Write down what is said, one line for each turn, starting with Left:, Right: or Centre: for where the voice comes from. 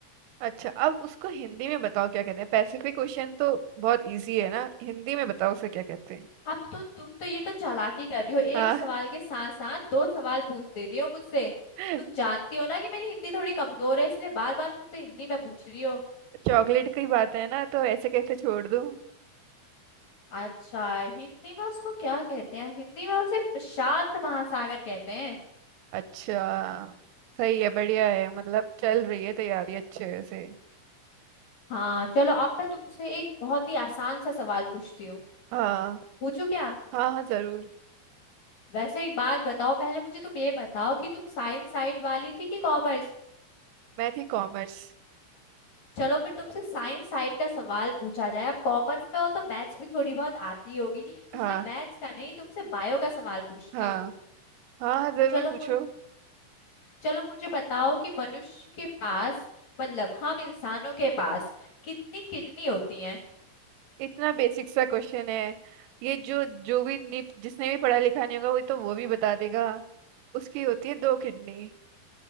Right: अच्छा अब उसको हिंदी में बताओ क्या कहते हैं पैसिफिक ओशियन तो बहुत इजी है ना हिंदी में बताओ उसे क्या कहते हैं
Left: अब तो तुम तो ये तो चालाकी कर रही हो एक
Right: हाँ
Left: सवाल के साथ साथ दो सवाल पूछ देती हो मुझसे
Right: <laughs>
Left: तुम जानती हो ना कि मेरी हिंदी थोड़ी कमजोर है इसलिए बार बार मुझसे हिंदी में पूछ रही हो
Right: चॉकलेट की बात है ना तो ऐसे कैसे छोड़ दूँ
Left: अच्छा हिंदी में उसको क्या कहते हैं हिंदी में उसे प्रशांत महासागर कहते हैं
Right: अच्छा सही है बढ़िया है मतलब चल रही है तैयारी अच्छे से
Left: हाँ चलो अब मैं तुमसे एक बहुत ही आसान सा सवाल पूछती हूँ
Right: हाँ
Left: पूछू क्या
Right: हाँ हाँ जरूर
Left: वैसे एक बात बताओ पहले मुझे तुम ये बताओ कि तुम साइंस साइड वाली थी कि कॉमर्स
Right: मैं थी कॉमर्स
Left: चलो फिर तुमसे साइंस साइड का सवाल पूछा जाए अब कॉमर्स में हो तो मैथ्स भी थोड़ी बहुत आती होगी इसलिए
Right: हाँ
Left: मैथ्स का नहीं तुमसे बायो का सवाल पूछती
Right: हाँ
Left: हूँ
Right: हाँ हाँ जरूर
Left: चलो
Right: पूछो
Left: मु, चलो मुझे बताओ कि मनुष्य के पास मतलब हम इंसानों के पास कितनी किडनी होती हैं
Right: इतना बेसिक सा क्वेश्चन है ये जो जो भी नि- जिसने भी पढ़ा लिखा नहीं होगा वो तो वो भी बता देगा उसकी होती है दो किडनी